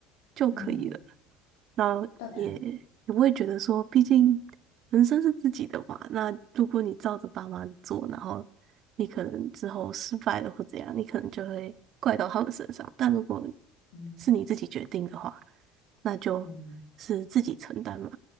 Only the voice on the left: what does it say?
嗯，
对啊，
嗯
嗯，